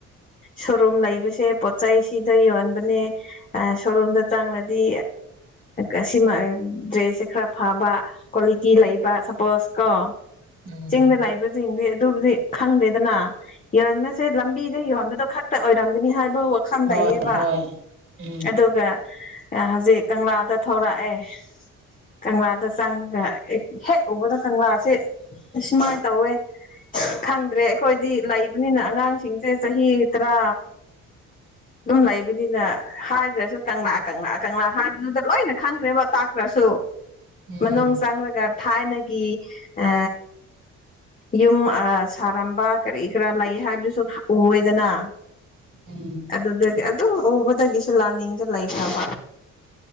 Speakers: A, on the left; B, on the right.
A: ꯁꯣꯔꯨꯝ ꯂꯩꯕꯁꯦ ꯄꯣꯠꯆꯩ ꯁꯤꯗ ꯌꯣꯟꯕꯅꯦ ꯁꯣꯔꯣꯔꯣꯝꯗ ꯆꯥꯡꯅꯗꯤ ꯑꯁꯤꯃ ꯗ꯭ꯔꯦꯁꯁꯦ ꯈꯔ ꯐꯥꯕ ꯀ꯭ꯋꯥꯂꯤꯇꯤ ꯂꯩꯕ ꯁꯄꯣꯁ ꯀꯣ
B: ꯎꯝ
A: ꯆꯤꯡꯗ ꯂꯩꯕꯁꯤꯡꯗꯤ ꯑꯗꯨꯕꯨꯗꯤ ꯈꯪꯗꯦꯗꯅ ꯌꯟꯕꯁꯦ ꯂꯝꯕꯤꯗ ꯌꯣꯟꯕꯗꯣ ꯈꯛꯇ ꯑꯣꯏꯔꯝꯒꯅꯤ ꯍꯥꯏꯕ ꯍꯟꯗꯩꯌꯦꯕ
B: ꯍꯣꯏ ꯍꯣꯏ ꯎꯝ
A: ꯑꯗꯨꯒ ꯍꯧꯖꯤꯛ ꯀꯪꯂꯥꯗ ꯊꯧꯔꯛꯑꯦ ꯀꯪꯂꯥꯗ ꯆꯪꯉꯒ ꯍꯦꯛ ꯎꯕꯗ ꯀꯪꯂꯥꯁꯦ ꯁꯃꯥꯏꯅ ꯇꯧꯋꯦ ꯐꯪꯗ꯭ꯔꯦ ꯑꯩꯈꯣꯏꯗꯤ ꯂꯩꯕꯅꯤꯅ ꯑꯉꯥꯡꯁꯤꯡꯁꯦ ꯆꯍꯤ ꯇꯔꯥ
B: <inaudible>
A: ꯑꯗꯨꯝ ꯂꯩꯕꯅꯤꯅꯦ ꯍꯥꯏꯗ꯭ꯔꯁꯨ ꯀꯪꯂꯥ ꯀꯪꯂꯥ ꯀꯪꯂꯥ ꯍꯥꯏꯕꯗꯨꯗ ꯂꯣꯏꯅ ꯈꯪꯈ꯭ꯔꯦꯕ ꯇꯥꯛꯇ꯭ꯔꯁꯨ
B: ꯎꯝ
A: ꯃꯅꯨꯡ ꯆꯪꯒ ꯊꯥꯏꯅꯒꯤ ꯑ ꯌꯨꯝ ꯁꯥꯔꯝꯕ ꯀꯔꯤ ꯀꯔꯥ ꯂꯩ ꯍꯥꯏꯕꯗꯨꯁꯨ ꯎꯑꯦꯗꯅ
B: ꯎꯝ
A: ꯑꯗꯨꯗꯒꯤ ꯑꯗꯨꯝ ꯎꯕꯗꯒꯤꯁꯨ ꯂꯥꯟꯅꯤꯡꯁ ꯂꯩꯇꯕ